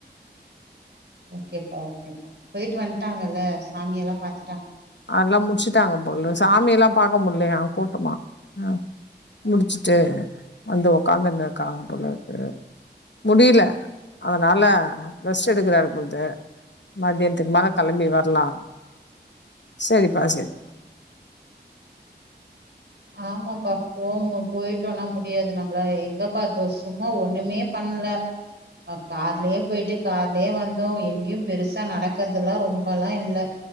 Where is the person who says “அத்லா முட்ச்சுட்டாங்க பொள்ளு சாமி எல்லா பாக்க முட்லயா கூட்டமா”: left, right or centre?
Left